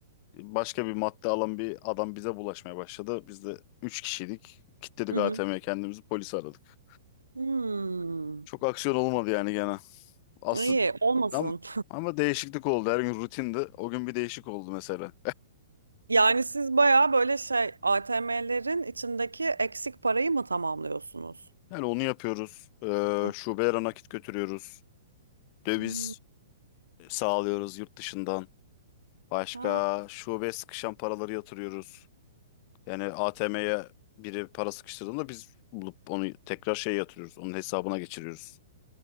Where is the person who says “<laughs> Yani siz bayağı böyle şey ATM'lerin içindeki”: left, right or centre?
Right